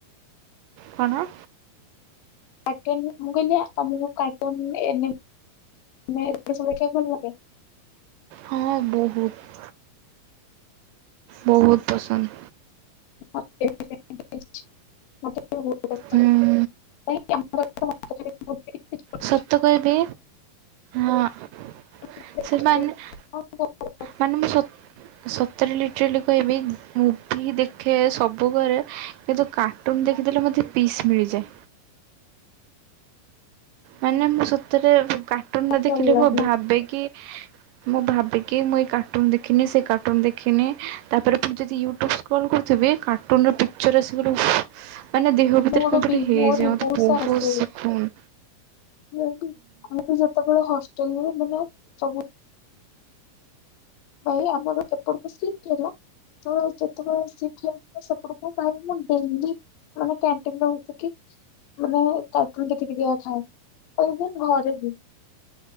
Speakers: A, on the right (about 80°); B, on the left (about 80°).
A: କଣ?
B: ମୁଁ କହିଲି ଆମକୁ କାର୍ଟୁନ୍ ଏନ ନେ ଦେଖଆକୁ ଭଲଲାଗେ।
A: ହଁ ବହୁତ। ବହୁତ ପସନ୍ଦ।
B: <unintelligible>
A: ହୁଁ।
B: ରୁଟି, ଛୋଟ
A: ସତ କହିବି ହଁ
B: ଛୋଟ
A: ସେମାନେ- -
B: କଣ କର
A: ମାନେ ସ- - ସତର ଲିଟର ଲ କହିବି ମୁଭି ଦେଖେ ସବୁ କରେ। କିନ୍ତୁ କାର୍ଟୁନ୍ ଦେଖିଦେଲେ ମୋତେ ପିସ୍ ମିଳିଯାଏ। ମାନେ ମୁଁ ସତରେ କାର୍ଟୁନ ନ ଦେଖିଲେ
B: ଭଲ ଲାଗେ
A: ମୁଁ ଭାବେ କିି ମୁଁ ଭାବେକି ମୁଁ ଏଇ କାର୍ଟୁନ ଦେଖିନି ସେଇ କାର୍ଟୁନ ଦେଖିନି ତାପରେ ପୁଣି ଯଦି ୟୁଟ୍ୟୁବ କଲ୍ କରୁଥିବେ କାର୍ଟୁନ୍ ର ପିକଚର୍ ଏସିବୁରୁ ମାନେ ଦେହ ଭିତରେ
B: ମୋର
A: କେମିତି
B: ବି
A: ଗୋଟେ ହେଇଯାଏ।
B: ମୋର ବି
A: ମତେ ବହୁତ
B: ସାରା ଆସେ
A: ଶିକୁନ।
B: ମୁଁ ବି ସେତେବେଳେ ହଷ୍ଟେଲ୍ ରେ ରହେ ମାନେ ସବୁ ଭାଇ ଆମର ଏପଟକୁ ସିଷ୍ଟି ହେଲା। ତୋର ଯେତେବେଳେ ସିପ୍ଟି ସେପଟକୁ ଭାଇ ମୁଁ ଡେଲି -- ମାନେ କ୍ୟାଣ୍ଟିନରେ ହଉଚି କି ମାନେ କ୍ୟାଣ୍ଟିନ୍ ଟିକେ ଟିକେ ଥାଏ ଘରେ ବି।